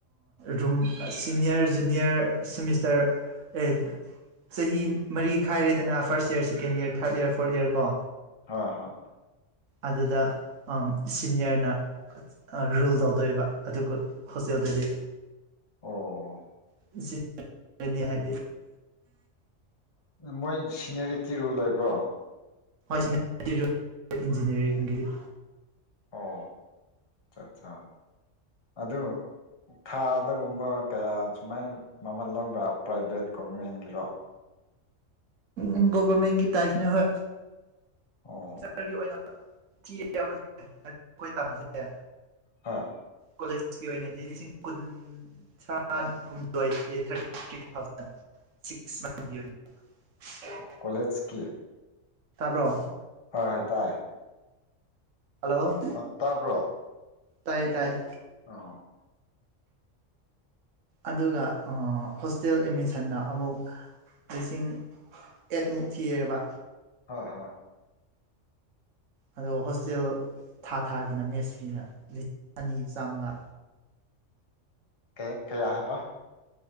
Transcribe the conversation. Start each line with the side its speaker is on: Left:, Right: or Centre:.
Right: ꯔꯨꯝ ꯁꯤꯅꯤꯌꯔ ꯖꯨꯅꯤꯌꯔ ꯁꯤꯃꯤꯁꯇꯔ ꯑꯩ ꯆꯍꯤ ꯃꯔꯤ ꯈꯥꯏꯔꯦꯗꯅ first year second year third year fourth year ꯀꯣ꯫
Left: ꯍ ꯍꯣꯏ
Right: ꯑꯗꯨꯗ ꯑꯝ ꯁꯤꯅꯤꯌꯔꯅ ꯑ ꯔꯨꯜ ꯇꯧꯗꯣꯔꯤꯕ꯫ ꯑꯗꯨꯒ ꯍꯣꯁꯇꯦꯜꯗꯗꯤ
Left: ꯑꯣ
Right: <unintelligible> ꯅꯤ ꯍꯥꯏꯗꯤ
Left: ꯃꯣꯏ ꯁꯤꯅꯦꯔꯤꯇꯤ ꯔꯨꯜ ꯂꯩꯕ꯭ꯔꯣ꯫
Right: ꯍꯣꯏ ꯁꯤꯅꯦꯔꯤꯇꯤ ꯔꯨꯜ ꯏꯟꯖꯤꯅꯤꯌꯥꯔꯤꯡꯒꯤꯗꯤ꯫
Left: ꯑꯣ ꯑ ꯑꯠꯆꯥ ꯑꯗꯨ ꯊꯥꯗꯒꯨꯝꯕ ꯀꯌꯥ ꯁꯨꯃꯥꯏꯅ ꯃꯃꯜ ꯂꯧꯕ꯭ꯔꯥ ꯄ꯭ꯔꯥꯏꯚꯦꯠ ꯒꯣꯚꯔꯃꯦꯟꯒꯤꯁꯣ꯫
Right: ꯎꯝ ꯒꯣꯚꯔꯃꯦꯟꯒꯤ ꯇꯥꯏꯞꯅꯦ ꯍꯣꯏ꯫
Left: ꯑꯣ
Right: ꯔꯒꯤ ꯑꯣꯏꯅ ꯊꯤ ꯑꯈꯣꯏꯁꯦ ꯑꯈꯣꯏ ꯇꯥꯝꯃꯤꯁꯦ꯫
Left: ꯍꯣꯏ
Right: ꯀꯣꯂꯦꯖꯀꯤ ꯑꯣꯏꯅꯗꯤ ꯂꯤꯁꯤꯡ ꯀꯨꯟ ꯆꯥ ꯍꯨꯝꯗꯣꯏꯊꯤ ꯊꯥꯔꯇꯤ ꯐꯤꯇꯤ ꯊꯥꯎꯖꯟ꯫ <unintelligible>
Left: ꯀꯣꯂꯦꯖ ꯀꯤ
Right: ꯇꯥꯕ꯭ꯔꯣ
Left: ꯍꯣꯏ ꯍꯣꯏ ꯇꯥꯏ
Right: ꯍꯜꯂꯣ
Left: ꯑ ꯇꯥꯕ꯭ꯔꯣ
Right: ꯇꯥꯏꯌꯦ ꯇꯥꯏꯌꯦ
Left: ꯑꯣ
Right: ꯑꯗꯨꯒ ꯑ ꯍꯣꯁꯇꯦꯜ ꯑꯦꯃꯤꯁꯟꯅ ꯑꯃꯨꯛ ꯂꯤꯁꯤꯡ ꯑꯦꯠꯃꯨꯛ ꯊꯤꯌꯦꯕ
Left: ꯍꯣꯏ ꯍꯣꯏ
Right: ꯑꯗꯨꯒ ꯍꯣꯁꯇꯦꯜ ꯊꯥ ꯊꯥꯒꯤꯅ ꯃꯦꯁ ꯐꯤꯅ ꯂꯤꯁꯤꯡ ꯑꯅꯤ ꯆꯥꯝꯃꯉꯥ꯫
Left: ꯀꯦ ꯀꯌꯥꯥ ꯍꯥꯏꯕ